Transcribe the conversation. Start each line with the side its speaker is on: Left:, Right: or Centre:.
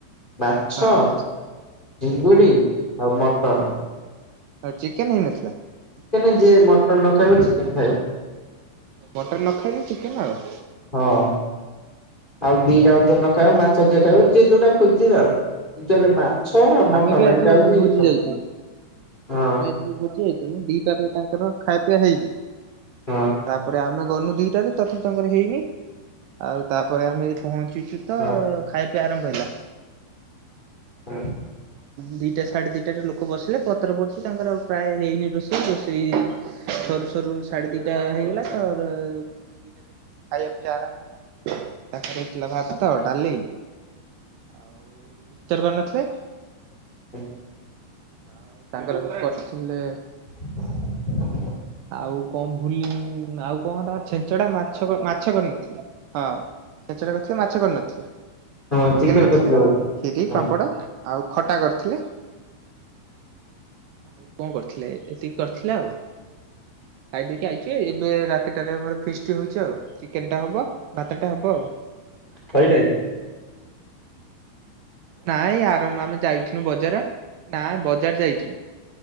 Left: ମାଛ,
Right: ହଁ ହଁ।
Left: ଚିଙ୍ଗୁଡ଼ି, ଆଉ ମଟନ।
Right: ଆଉ ଚିକେନ ହେଇନଥିଲା?
Left: ଚିକେନ ଯିଏ ମଟନ୍ ନ ଖାଇବ ଚିକେନ ଖାଇବ।
Right: ମଟର ନ ଖାଇଲେ ଚିକେନ ଆଉ।
Left: ହଁ ଆଉ ଦିଟା ଜାକ ଯିଏ ନ ଖାଇବ, ମାଛ ଜିଏ ଖାଇବ ଯିଏ ଜଉଟା ଖୋଜିଲା ଆଉ। <inaudible> ଛ ଆଉ
Right: ଆମେ
Left: ମଟନ
Right: ବି ଆଜି
Left: ଏଇଟା
Right: ଗୋଟେ
Left: ହଉଛି
Right: ଭୋଜି
Left: ସବୁ
Right: ଯାଇଥିଲୁ।
Left: ହଁ
Right: ଆମେ ଆଜି ଯୋଉ <unintelligible> ଯାଇଥିଲୁ। ଦିଟାରେ ତାଙ୍କର ଖାଇବା ପିଇବା ହେଇନି।
Left: ହଁ
Right: ତାପରେ ଆମେ ଗଲୁ ଦିଟାରେ ତଥାପି ତାଙ୍କର ହେଇନି। ଆଉ ତାପରେ ଆମେ ଯାଇ ପହଞ୍ଚି <unintelligible> ତ
Left: ହଁ।
Right: ଖାଇବା ପିଇବା ଆରମ୍ଭ ହେଲା।
Left: ହଁ
Right: ଦିଟା ସାଢେ ଦିଟାରେ ଲୋକ ବସିଲେ ପତ୍ର ପ ରଛି ତାଙ୍କର ପ୍ରାୟ ହେଇନି ରୋଷେଇ। ରୋଷେଇ ସରୁ ସରୁ ସାଢ଼େ ଦୁଇଟା ହେଇଗଲା ତ ଦିଟାରେ
Left: ହ
Right: ଖାଇବା ପିଇବା ଆରମ୍ଭ ହେଲା। ତାପରେ ହେଇଥିଲା ଭାତ, ଡାଲି। ଆଉ ମିସ୍ତର କରି ନଥିଲେ।
Left: ହୁଁ
Right: ଆଉ ତାଙ୍କର କରିଥିଲେ
Left: ହ
Right: ଆଉ କଣ ଭୁଲିଲି? ଆଉ କଣ ତାଙ୍କ ଛେଞ୍ଚଡ଼ା ମାଛ କରି, ମାଛ କରିନଥିଲେ। ହଁ, ଛେଞ୍ଚେଡ଼ା କରିଥିଲେ। ମାଛ କରିନଥିଲେ?
Left: ହଁ ଚିକେନ
Right: ଚିକେନ୍ କରିଥିଲେ।
Left: ବୋଧେ।
Right: ଖୀରି
Left: ହଁ
Right: ପାମ୍ପଡ଼ ଆଉ ଖଟା କରିଥିଲେ। ଆଉ କଣ କରିଥିଲେ? ଏତିକି କରିଥିଲେ ଆଉ। ଖାଇଦେଇକି ଆଇଛି। ଏବେ ରାତିଟାରେ ଆମର ଫିସ୍ଟି ହଉଛି ଆଉ। ଚିକେନ ଟା ହବ। ଭାତଟା ହବ ଆଉ।
Left: କହିଲାଇଁ?
Right: ନାଇଁ ଆରାମ୍ଭ ଆମେ ଯାଇ ଥିଲୁ ବଜାର। ନା ବଜାର ଯାଇଥିଲୁ।